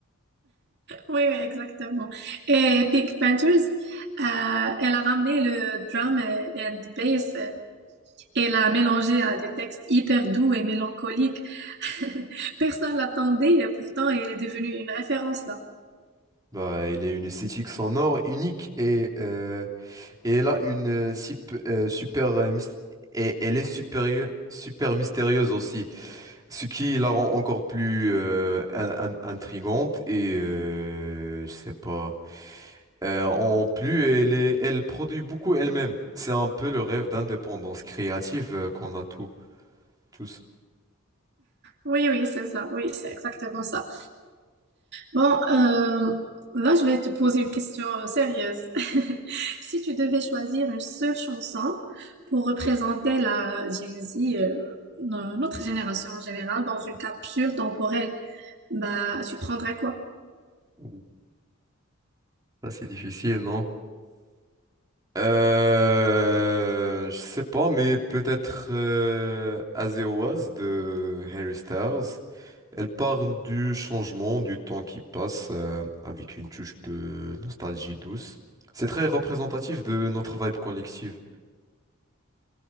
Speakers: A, on the right; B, on the right.
A: Oui, oui, exactement. Et Pink Panthers, euh, elle a ramené le drum and bass, et l'a mélangé à des textes hyper doux et mélancoliques. <laughs> Personne l'attendait, et pourtant elle est devenue une référence là.
B: Bah, elle a une esthétique sonore unique et, euh, et elle a une euh, sip- euh, super... euh, mys- et elle est supérieure- super mystérieuse aussi. Ce qui la rend encore plus euh, in- in- intrigante et euh, je sais pas. Euh, en plus, elle est- elle produit beaucoup elle-même. C'est un peu le rêve d'indépendance créative euh, qu'on a tous, tous.
A: Oui, oui, c'est ça. Oui, c'est exactement ça. Bon, euh, là, je vais te poser une question sérieuse. <laughs> Si tu devais choisir une seule chanson pour représenter la Gen Z, euh, no- notre génération en général, dans une capsule temporelle, bah, tu prendrais quoi?
B: Ouh. Ça, c'est difficile, non? Euh, je sais pas, mais peut-être euh, As It Was de Harry Styles. Elle parle du changement, du temps qui passe euh, avec une touche de nostalgie douce. C'est très représentatif de notre vibe collective.